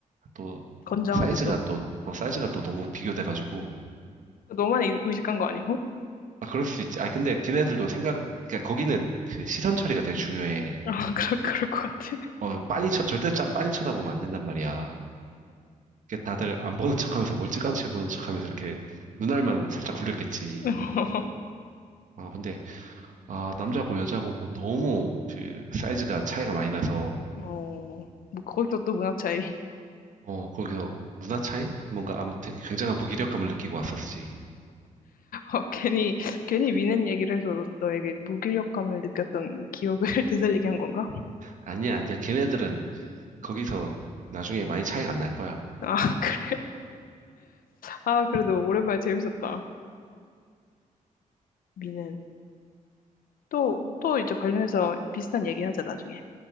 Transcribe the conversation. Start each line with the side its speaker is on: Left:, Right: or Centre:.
Right: 또
Left: 건장하지도.
Right: 사이즈가 또, 어, 사이즈가 또 너무 비교돼가지고.
Left: 너만 의- 의식한 거 아니고?
Right: 아, 그럴 수 있지. 아, 근데 걔네들도 생각, 그러니까 거기는 그 시선 처리가 되게 중요해.
Left: 응. 아 그럴 그럴 것 같아.
Right: 어, 빤히 쳐, 절대 짜- 빤히 쳐다보면 안 된단 말이야. 이렇게 다들 안 보는 척하면서 멀찌감치 보는 척하면서 이렇게 눈알만 살짝 굴렸겠지.
Left: <laughs>
Right: 아 근데 아 남자고 여자고 뭐 너무 그 사이즈가 차이가 많이 나서
Left: 어, 뭐 거기서 또 문화 차이.
Right: 어 거기서 누나 차이? 뭔가 아무튼 굉장한 무기력감을 느끼고 왔었지.
Left: 어, 괜히, 괜히 미는 얘기를 해서 너에게 무기력감을 느꼈던 기억을 <laughs> 되살리게 한 건가?
Right: 아니야 아니야 걔네들은 거기서 나중에 많이 차이가 안 날 거야.
Left: 아, 그래. 아, 그래도 오랜만에 재밌었다. 미는. 또, 또 이제 관련해서 비슷한 얘기 하자, 나중에.